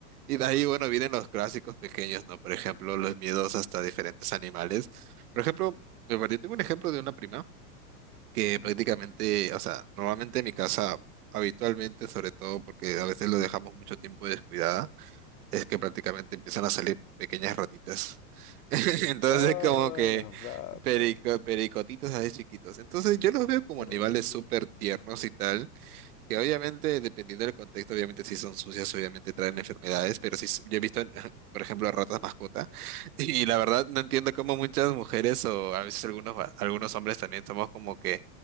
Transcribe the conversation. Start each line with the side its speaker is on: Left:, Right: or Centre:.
Right: Y de ahí, bueno, vienen los clásicos pequeños, ¿no? Por ejemplo, los miedos hasta diferentes animales. Por ejemplo, yo tengo un ejemplo de una prima que
Left: Ujú.
Right: prácticamente, o sea, normalmente en mi casa, habitualmente, sobre todo porque a veces lo dejamos mucho tiempo descuidada, es que prácticamente empiezan a salir pequeñas ratitas. <laughs> Entonces,
Left: Ah,
Right: como que
Left: las ratas.
Right: perico- pericotitos así chiquitos. Entonces, yo los veo como
Left: Claro,
Right: animales
Left: sí, sí.
Right: súper tiernos y tal. Que obviamente, dependiendo del contexto, obviamente si son sucias, obviamente traen enfermedades, pero sí, s- yo he visto, <laughs> por ejemplo, ratas mascota, <laughs> y la verdad no entiendo cómo muchas mujeres o a veces algunos, va- algunos hombres también somos como que